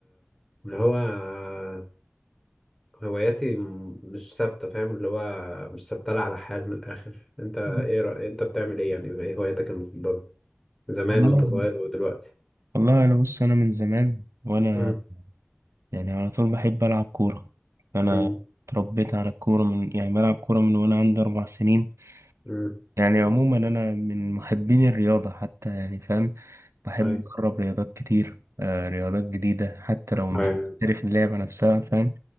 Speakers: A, in the centre; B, on the right (about 85°).
A: اللي هو آه، هواياتي م- مش ثابتة فاهم اللي هو مش ثابتة لا على حال من الآخر أنت إيه
B: مم.
A: رأ... أنت بتعمل إيه يعني إيه هواياتك المفضلة زمان
B: والله
A: وأنت صغير ودلوقتي
B: والله انا بص انا من زمان وانا
A: مم.
B: يعني على طول بحب العب كوره انا
A: مم.
B: اتربيت على الكوره من يعني بلعب كوره من وانا عندي اربع سنين
A: مم.
B: يعني عموما أنا من محبين الرياضة حتى يعني فاهم بحب
A: أيوة
B: مم. أجرب رياضات كتير آه رياضات جديدة حتى لو مش
A: أيوة
B: محترف اللعبة نفسها فاهم